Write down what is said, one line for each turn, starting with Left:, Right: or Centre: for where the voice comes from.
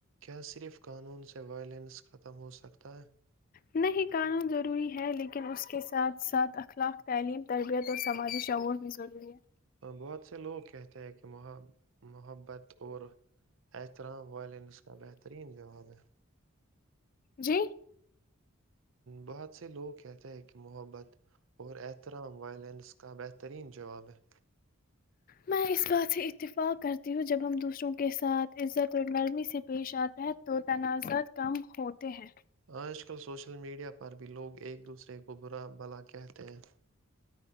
Right: کیا صرف قانون سے وائلنس ختم ہو سکتا ہے
Left: نہیں قانون ضروری ہے لیکن اس کے ساتھ ساتھ اخلاق تعلیم تربیت اور سماجی شعور بھی ضروری ہے
Right: بہت سے لوگ کہتے ہیں کہ محبت اور ا احترام وائلینس کا بہترین جواب ہے
Left: جی
Right: بہت سے لوگ کہتے ہیں کہ محبت اور احترام وائلنس کا بہترین جواب ہے
Left: میں اس بات سے اتفاق کرتی ہوں جب ہم دوسروں کو کے ساتھ عزت اور نرمی سے پیش آتا ہے تو تنازعات کم ہوتے ہیں
Right: آج کل سوشل میڈیا پر بھی لوگ ایک دوسرے کو برا بھلا کہتے ہیں